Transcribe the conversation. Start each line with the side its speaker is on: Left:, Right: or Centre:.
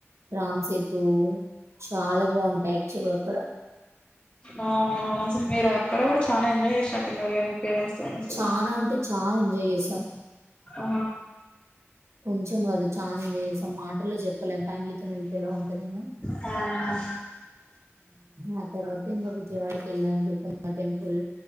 Right: Ram Setu చాలా బాగుంటాయి యాక్చువల్గా అక్కడ
Left: అవును అసలు మీరు అక్కడ కూడా చాలా ఎంజాయ్ చేసినట్టున్నారు స్త
Right: చానా అంటే చానా ఎంజాయ్ చేశాం.
Left: ఆ
Right: కొంచెం కాదు చనా చేసాం మాటల్లో చెప్పలేం ఫ్యామిలీతో వెళ్తే ఎలా ఉంటదని
Left: ఆ
Right: ఆ తర్వాత ఇంకా విజయవాడకి వెళ్ళాం దుర్గుమ్మ టెంపుల్